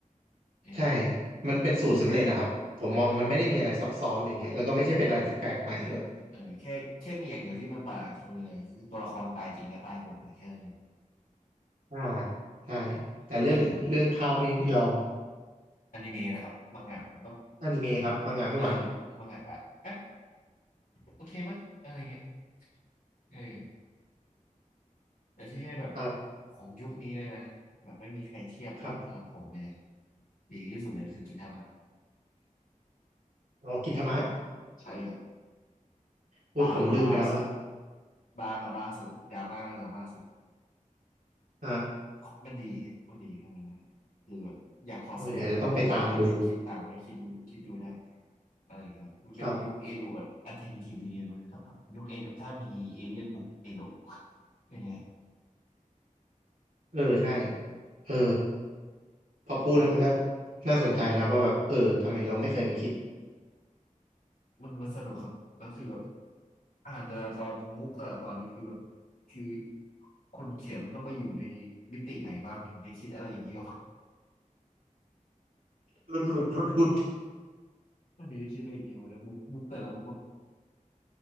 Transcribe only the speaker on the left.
เออ
อืมอืมเออแค่แค่มีอย่างเดียวที่มันประหลาดจากคนอื่นเลยคือตัวละครตายจริงและตายโหดหน่อยแค่นั้นเลย
เอออนิเมะนะครับมังงะผมก็
เออมังงะอะเอ๊ะโอเคมั้ยอะไรเงี้ยเออแต่ที่ให้แบบ
ของยุคนี้เลยนะแบบไม่มีใครเทียบได้สำหรับผมเลยนะ
ดีที่สุดเลยคือกินทามะ
ใช่ครับ
บากับบาสุดบากับบาสุดดราม่าก็ดราม่าสุด
ของมันดีมันดีแค่นั้นนะคือแบบอยากถอดสมองดูก็ดูได้
อยากคิดตามก็คิดดูคิดดูได้อะไรอย่างเงี้ยครับมันเป็นยุคเอโดะแบบ
alternative universe เลยครับยุคเอโดะถ้ามีเอเลี่ยนบุกเอโดะเป็นยังไง
เออ
มันมันสนุกครับแล้วคือแบบอ่านแต่ละตอนมุกแต่ละตอนนี่คือแบบคือคนเขียนมันต้องไปอยู่ในมิติไหนบ้างมันถึงจะคิดอะไรอย่างเงี้ย <laughs> ออกมา
มันถึงจะคิดอะไรอย่างเงี้ยออกมาแล้วมุกมุกแต่ละมุกแบบ